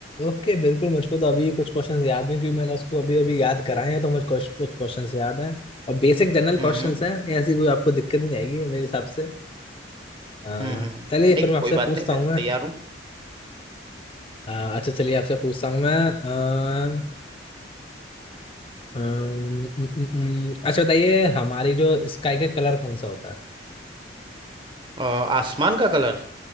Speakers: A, on the left (about 30°); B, on the right (about 25°).
A: ओके बिल्कुल मुझको तो अभी कुछ क्वेश्चंस याद हैं क्योंकि मैंने उसको अभी अभी याद कराए हैं तो मुझे कुछ कुछ क्वेश्चंस याद हैं और बेसिक जनरल क्वेश्चंस
B: हम्म हम्म
A: हैं ऐसी कोई आपको दिक्कत नहीं आएगी मेरे हिसाब से अह,
B: हम्म हम्म।
A: चलिए
B: नहीं
A: फिर मैं आपसे
B: कोई बात
A: पूछता
B: नहीं मैं
A: हूँ
B: तो
A: मैं
B: तैयार हूँ
A: अह, अच्छा चलिए आपसे पूछता हूँ मैं अह, अम, उम, उम, उम, अच्छा बताइए हमारी जो स्काई का कलर कौन सा होता है
B: अ, आसमान का कलर